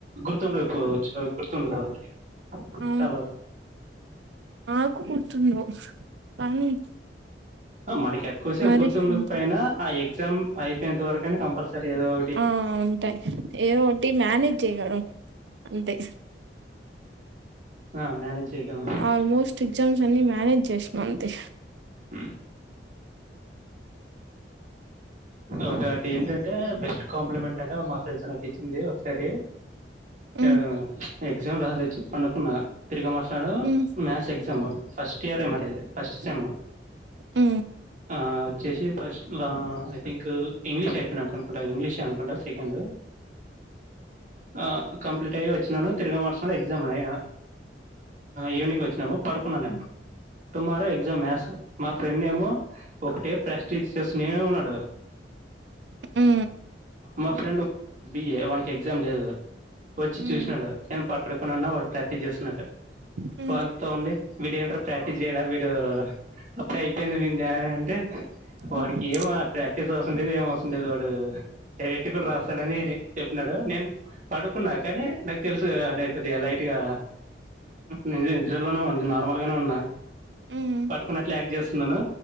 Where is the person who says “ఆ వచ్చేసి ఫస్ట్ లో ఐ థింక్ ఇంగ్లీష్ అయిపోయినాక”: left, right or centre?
Right